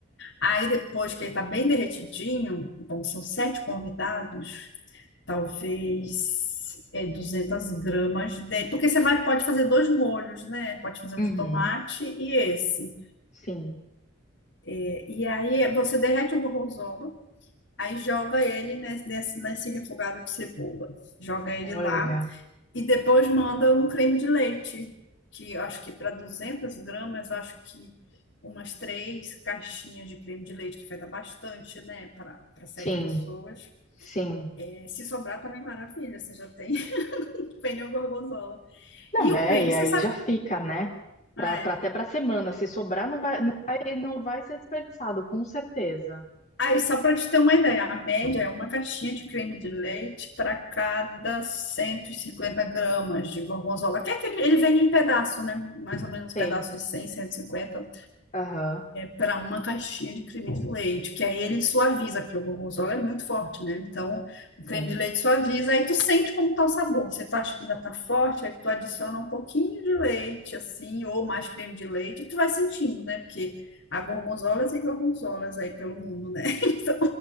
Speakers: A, on the left (about 65°); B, on the left (about 35°).
A: Aí depois que ele tá bem derretidinho, bom, são sete convidados, talvez é, 200 gramas dele, porque você vai, pode fazer dois molhos, né? Pode fazer um
B: uhum,
A: de tomate e esse.
B: sim.
A: É, E aí você derrete o gorgonzola, aí joga ele nesse, nesse, nesse refogado de cebola, joga ele
B: Olha,
A: lá e depois manda um creme de leite, que eu acho que para 200 gramas, eu acho que umas três caixinhas de creme de leite, que vai dar bastante, né, para para sete
B: sim,
A: pessoas.
B: sim.
A: É, Se sobrar também maravilha, você já tem, <laughs> tem o gorgonzola.
B: Não,
A: E o
B: é,
A: pênis,
B: e aí
A: você sabe.
B: já fica, né? Pra,
A: ah,
B: pra,
A: É.
B: até pra semana. Se sobrar, não vai, não vai, não vai ser desperdiçado, com certeza.
A: Aí, só para te ter uma ideia, a média é uma caixinha de creme de leite para cada 150 gramas de gorgonzola, que é aquele, ele vem em pedaço, né? Mais ou menos
B: Sei.
A: pedaço de cem cento e cinquenta
B: Aham,
A: para uma caixinha de creme de leite, que aí ele suaviza, porque o gorgonzola é muito forte, né? Então, o
B: sim.
A: creme de leite suaviza, aí tu sente como tá o sabor. Você tá, acha que ainda tá forte, aí tu adiciona um pouquinho de leite, assim, ou mais creme de leite, e tu vai sentindo, né? Porque há gorgonzolas e gorgonzolas aí pelo mundo, né? <laughs> Então,